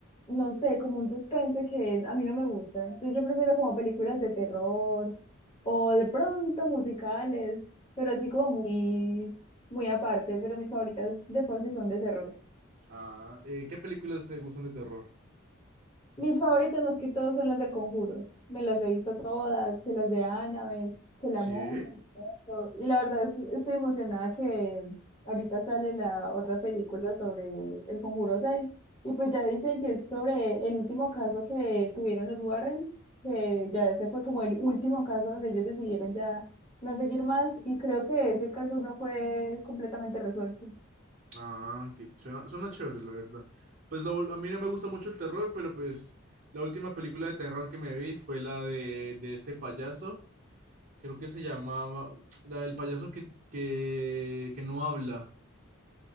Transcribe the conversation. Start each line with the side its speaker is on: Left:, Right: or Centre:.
Left: no sé, como un suspense que a mí no me gusta. Entonces yo prefiero como películas de terror o de pronto musicales, pero así como muy, muy aparte, pero mis favoritas de por sí son de terror.
Right: Ah, eh, ¿qué películas te gustan de terror?
Left: Mis favoritas más que todo son las del Conjuro. Me las he visto todas, que las de Annabelle, que la
Right: Sí.
Left: monja. y todo. Y la verdad es- estoy emocionada que ahorita sale la otra película sobre el Conjuro 6. Y pues ya dicen que es sobre el último caso que tuvieron los Warren, que ya ese fue como el último caso donde ellos decidieron ya no seguir más. Y creo que ese caso no fue completamente resuelto.
Right: Ah, que suena, suena chévere, la verdad. Pues lo- a mí no me gusta mucho el terror, pero pues la última película de terror que me vi fue la de, de este payaso, creo que se llamaba, la del payaso que, que, que no habla.